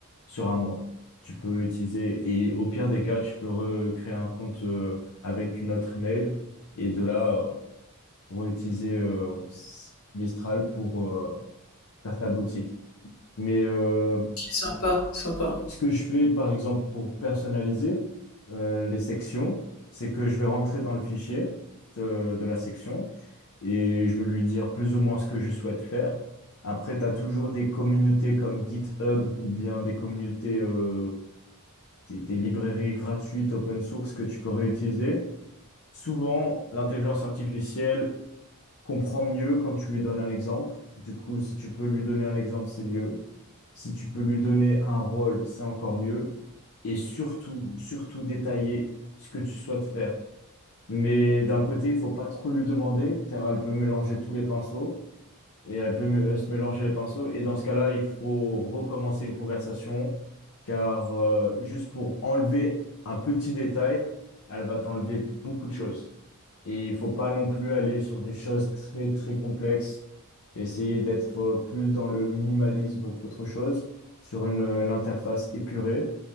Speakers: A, on the left; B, on the left.
A: sur un mois. Tu peux utiliser, et au pire des cas, tu peux recréer un compte euh, avec une autre email, et de là, euh, réutiliser euh, Mistral pour euh, faire ta boutique. Mais euh,
B: Ok, sympa, sympa.
A: ce que je fais, par exemple, pour personnaliser euh, les sections, c'est que je vais rentrer dans le fichier de, de la section et je vais lui dire plus ou moins ce que je souhaite faire. Après, tu as toujours des communautés comme GitHub ou bien des communautés, euh, des, des librairies gratuites open source que tu peux réutiliser. Souvent, l'intelligence artificielle comprend mieux quand tu lui donnes un exemple. Du coup, si tu peux lui donner un exemple, c'est mieux. Si tu peux lui donner un rôle, c'est encore mieux. Et surtout, surtout détailler ce que tu souhaites faire. Mais d'un côté, il faut pas trop lui demander, car elle peut mélanger tous les pinceaux, et elle peut me- euh, se mélanger les pinceaux. Et dans ce cas-là, il faut recommencer une conversation, car euh, juste pour enlever un petit détail, elle va t'enlever beaucoup de choses. Et il faut pas non plus aller sur des choses très, très complexes. Essayer d'être euh, plus dans le minimalisme qu'autre chose, sur une, euh, une interface épurée,